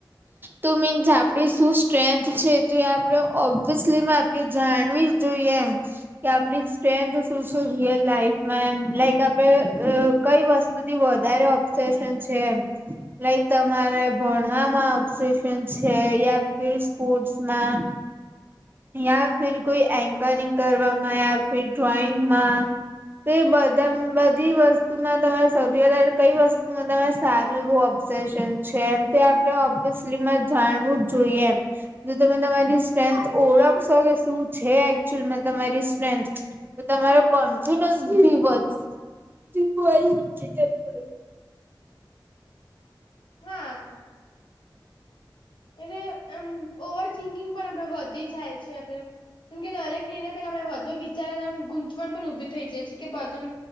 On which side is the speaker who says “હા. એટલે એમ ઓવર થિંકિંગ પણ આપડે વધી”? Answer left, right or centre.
Left